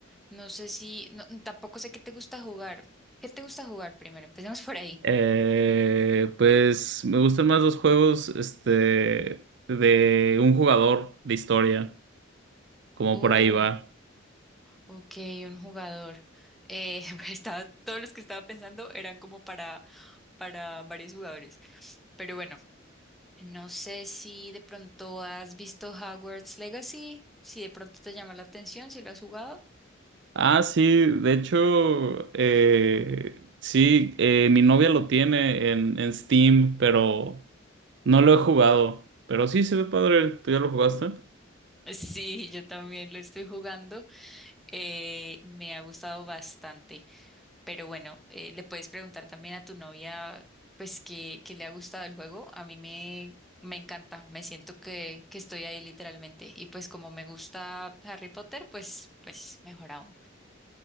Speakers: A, in the centre; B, on the right.
A: no sé si, no, tampoco sé qué te gusta jugar. ¿Qué te gusta jugar primero? Empecemos por ahí.
B: Eh, pues me gustan más los juegos, este, de un jugador de historia, como
A: Uh,
B: por ahí va.
A: ok, un jugador. Eh, <laughs> estaba, todos los que estaba pensando eran como para, para varios jugadores. Pero bueno, no sé si de pronto has visto Hogwarts Legacy, si de pronto te llama la atención, si lo has jugado.
B: Ah, sí, de hecho, eh, sí, eh, mi novia lo tiene en, en Steam, pero no lo he jugado. Pero sí se ve padre. ¿Tú ya lo jugaste?
A: Sí, yo también lo estoy jugando. eh, me ha gustado bastante. Pero bueno, eh, le puedes preguntar también a tu novia, pues, que, que le ha gustado el juego. A mí me, me encanta. Me siento que, que estoy ahí literalmente. Y pues como me gusta Harry Potter, pues, pues mejor aún.